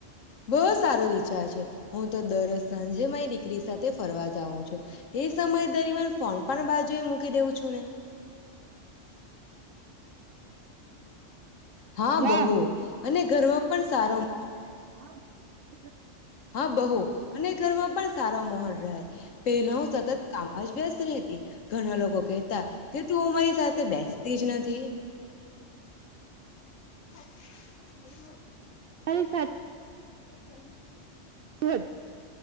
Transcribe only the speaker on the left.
બો સારો વિચાર છે. હું તો દરરોજ સાંજે મારી દીકરી સાથે તે ફરવા જાવો છો એ સમય દરમિયાન પણ પણ બાજુ એ મૂકી દેઉં છું ને હા
બહુ અને ઘરમાં પણ સારો માહોલ
હા બહુ અને ઘરમાં પણ સારો મહોલ રહે. પેલા હું સતત. કામ જ વ્યવસ્થ રહેતી ઘણા લોકો કહેતા કે તું અ મારી સાથે બેસતી જ નથી. <inaudible>